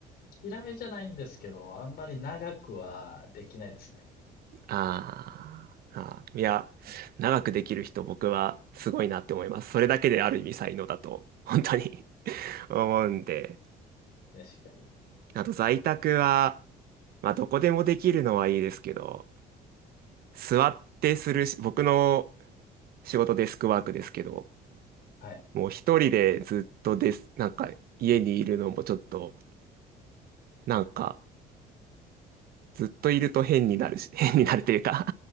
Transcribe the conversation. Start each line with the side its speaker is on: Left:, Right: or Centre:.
Left: 嫌いじゃないんですけど、あんまり長くはできないですね。
Right: あーあー。いや、長くできる人、僕はすごいなって思います。それだけである意味才能だと、本当に <laughs> 思うんで。
Left: 確かに。
Right: あと、在宅は、まあ、どこでもできるのはいいですけど、座ってするし、僕の仕事デスクワークですけど、
Left: はい。
Right: もう一人でずっとです、なんか家にいるのもちょっとなんか、ずっといると変になるし、<laughs> 変になるというか